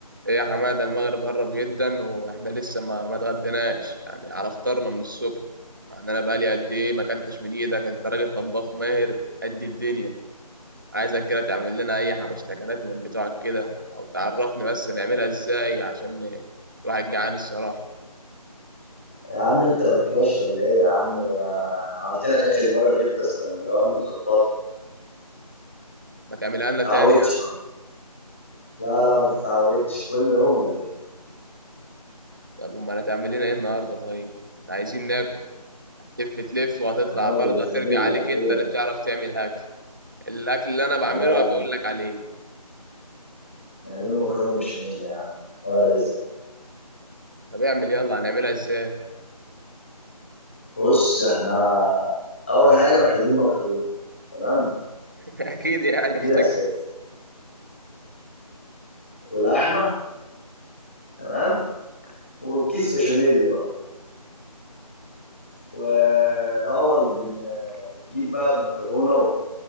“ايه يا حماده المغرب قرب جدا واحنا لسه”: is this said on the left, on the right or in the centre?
Right